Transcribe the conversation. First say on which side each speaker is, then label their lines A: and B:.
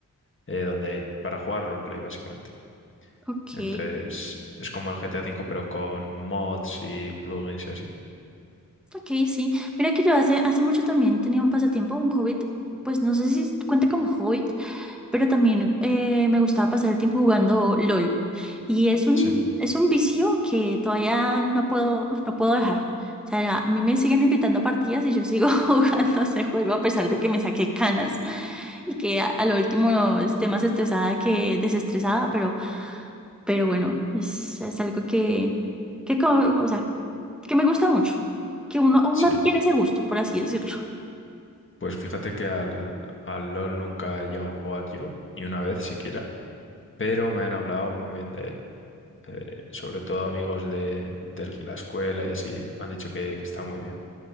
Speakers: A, on the left; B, in the centre.
A: eh, donde para jugar roleplay, básicamente.
B: Ok,
A: Entonces, es como el GTA V, pero con mods y plugins y así.
B: ok, sí. Mira que yo hace, hace mucho también tenía un pasatiempo, un hobbit, pues no sé si cuenta como hobbit, pero también eh, me gustaba pasar el tiempo jugando LOL. Y es un,
A: Sí,
B: es un vicio que todavía no puedo, no puedo dejar. O sea, a mí me siguen invitando a partidas y yo sigo <laughs> jugando ese juego a pesar de que me saqué canas y que a, a lo último esté más estresada que desestresada, pero, pero bueno, es, es algo que, que, co- o sea, que me gusta mucho, que uno, uno
A: sí.
B: tiene ese gusto, por así decirlo.
A: Pues fíjate que al, al LOL nunca he llegado a jugar yo, ni una vez siquiera. pero me han hablado muy bien de él, eh, sobre todo amigos de, de la escuela y así, me han dicho que, que está muy bien.